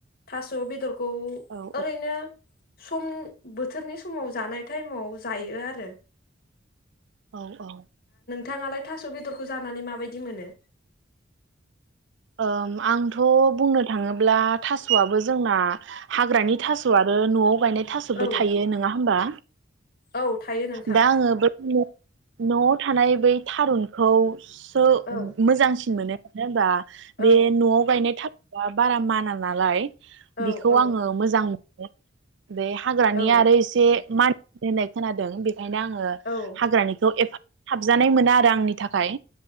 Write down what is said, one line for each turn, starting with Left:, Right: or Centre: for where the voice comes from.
Left: थास' बेदरखौ
Right: औ औ
Left: ओरैनो सम बोथोरनि समाव जानाय टाइमाव जायो आरो
Right: औ औ
Left: थाङालाय थास' बेदरख जानानै माबायदि मोनो?
Right: ओम आंथ' बुंनो थाङोब्ला थास'आबो जोंना हाग्रानि थास' आरो न'आव गायनाय थास'बो
Left: औ
Right: थायो नङा होमबा
Left: औ थायो नोंथां
Right: दा आङो बै नो न'आव थानाय बै थारुनखौ सो
Left: औ
Right: मोजांसिन मोनो नो बा
Left: औ
Right: बे न'आव गायनाय थास द बारा मान नालाय
Left: औ
Right: बेखौ
Left: औ
Right: आङो मोजां मोनो औ बे हाग्रानि
Left: औ
Right: आरो एसे म दोननाय खोनादों बे बेंखायनो आङो
Left: औ
Right: हाग्रानिखौ एफा हाबजानाय मोना आरो आंनि थाखाय